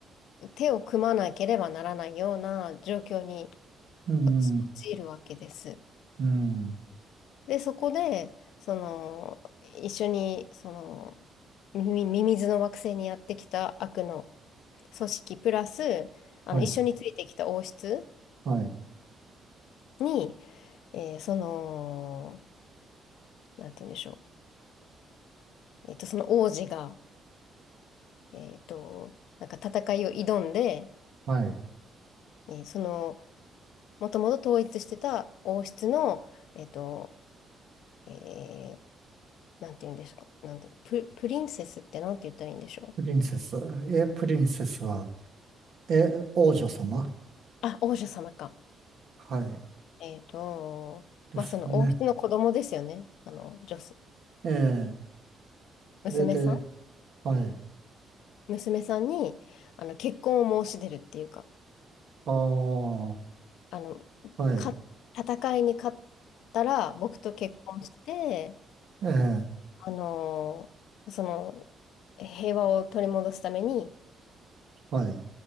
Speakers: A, on the left; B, on the right.
A: 手を組まなければならないような状況に
B: うん、
A: 陥陥るわけです。
B: うん、
A: で、そこで、その、一緒に、その、ミミミズの惑星にやってきた悪の組織、プラス、あの、
B: はい、
A: 一緒についてきた王室
B: はい、
A: に、えーその、なんて言うんでしょう。えっと、その王子が、えっと、なんか戦いを挑んで、
B: はい。
A: えーその、もともと統一してた王室の、えっと、えー、なんて言うんですか、なんて、プ、プリンセスってなんて言ったらいいんでしょう。
B: プリンセス。え、プリンセスは、え、王女様
A: あ、王女様か。
B: はい。
A: えっと、
B: ですよね。
A: まあ、その王室の子供ですよね。あの、女性、
B: ええ、
A: えー娘さん
B: それで、はい。
A: 娘さんに、あの、結婚を申し出るっていうか、
B: ああ、
A: あの、
B: はい。
A: か、戦いに勝ったら、僕と結婚して、
B: ええ、
A: あの、その、平和を取り戻すために、
B: はい。